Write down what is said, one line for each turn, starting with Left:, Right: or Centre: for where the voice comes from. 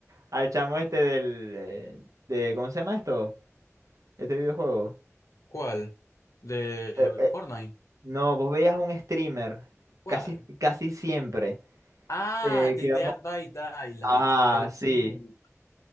Right: al chamo este del eh, de, ¿cómo se llama esto? Este videojuego.
Left: ¿Cuál? ¿De
Right: Eh, eh,
Left: Fortnite?
Right: no, vos veías a un streamer
Left: ¿Cuál?
Right: casi, casi siempre.
Left: Ah,
Right: Eh,
Left: de
Right: que
Left: Dead
Right: vamos-
Left: by Daylight.
Right: Ah,
Left: Agustín.
Right: sí.